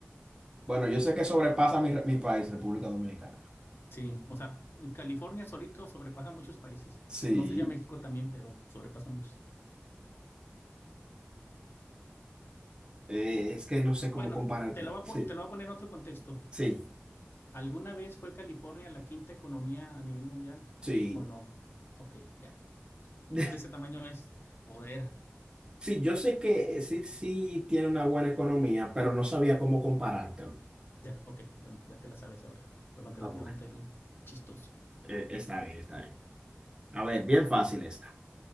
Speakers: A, on the right; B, on the left.
A: Bueno, yo sé que sobrepasa mi, mi país, República Dominicana.
B: Sí, o sea, California solito sobrepasa muchos países.
A: Sí,
B: No sé si a México también, pero sobrepasa muchos.
A: eh, es que no sé cómo
B: Bueno,
A: comparártela.
B: te lo voy a,
A: Sí,
B: pon- te lo voy a poner en otro contexto.
A: sí,
B: ¿Alguna vez fue California la quinta economía a nivel mundial?
A: sí.
B: ¿Sí o no? Ok, ya.
A: <laughs>
B: De ese tamaño es o era.
A: Sí, yo sé que sí, sí tiene una buena economía, pero no sabía cómo comparártelo.
B: Ya, ok, bueno, ya te la sabes ahora. Pero cuando te
A: Ah,
B: la
A: bueno.
B: pregunta algún chistoso.
A: Eh, está bien, está bien. A ver, bien fácil esta.